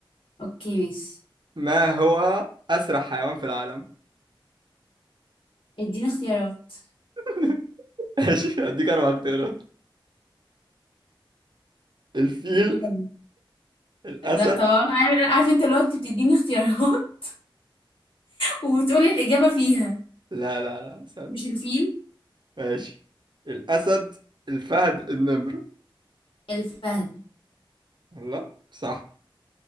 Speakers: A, on the left; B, on the right.
A: أوكي ماشي
B: ما هو أسرع حيوان في العالم؟
A: اديني اختيارات
B: <laughs> ماشي هديك أربع اختيارات الفيل
A: يلا
B: الأسد
A: لا طبعا عارف عارف أنت لو أنت بتديني اختيارات وبتقولي الإجابة فيها
B: لا لا لا أسد
A: مش الفيل
B: ماشي الأسد الفهد النمر
A: الفهد
B: الله صح